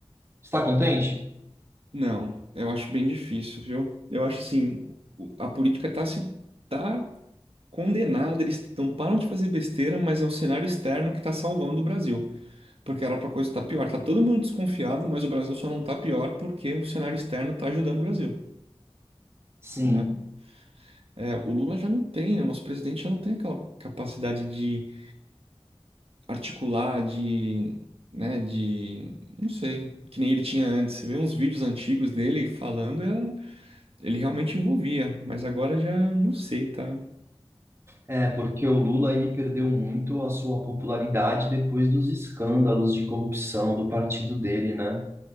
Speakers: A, on the right; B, on the right.
A: Você está contente?
B: Não, eu acho bem difícil, viu? Eu acho assim, o- a política tá se tá condenada, eles não param de fazer besteira, mas é o cenário externo que está salvando o Brasil, porque era para coisa estar pior. Tá todo mundo desconfiado, mas o Brasil só não tá pior porque o cenário externo está ajudando o Brasil,
A: Sim.
B: né? É, o Lula já não tem, o nosso presidente já não tem aquela capacidade de articular, de, né, de, não sei, que nem ele tinha antes. Você vê uns vídeos antigos dele falando, é- ele realmente envolvia, mas agora já não sei, tá?
A: É, porque o Lula ele perdeu muito a sua popularidade depois dos escândalos de corrupção do partido dele, né?